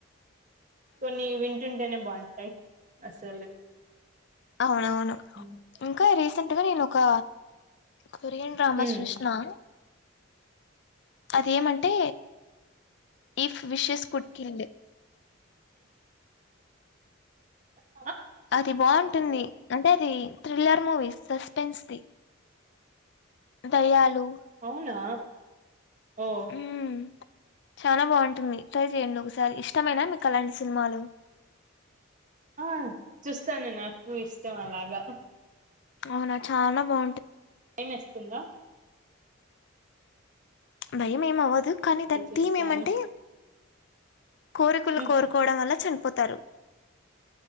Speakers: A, on the right; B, on the left.
A: కొన్ని వింటుంటేనే బాగుంటాయ్ అసలు
B: ఆ అవును
A: మ్మ్
B: ఇంకా రీసెంట్ గా నేను ఒక కొరియన్ డ్రామాస్
A: మ్మ్
B: చూస్నా? అదేమంటే ఈఫ్ విషెస్ కుట్కింద్
A: ఉమ్
B: అది బాగుంటుంది అంటే అది థ్రిల్లర్ మూవీస్ సస్పెన్స్ ది దయ్యాలు
A: అవునా ఓ
B: మ్మ్ చాలా బాగుంటుంది ట్రై చెయండి ఒకసారి ఇష్టమేనా మీకు అలాంటి సినిమాలు
A: ఆ చూస్తాను నాకు ఇష్టం అలాగా
B: అవునా చానా బా
A: భయమేస్తుందా
B: భయం ఏమవ్వదు కానీ
A: అదే
B: దాని
A: చూస్తాను
B: థీమ్ ఏమంటే కోరికలు
A: హ్మ్.
B: కోరుకోవడం వల్ల చనిపోతారు